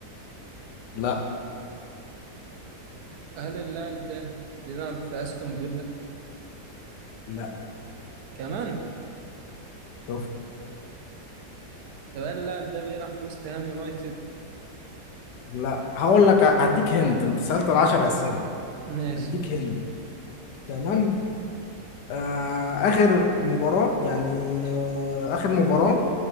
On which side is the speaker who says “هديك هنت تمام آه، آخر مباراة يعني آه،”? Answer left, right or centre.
Left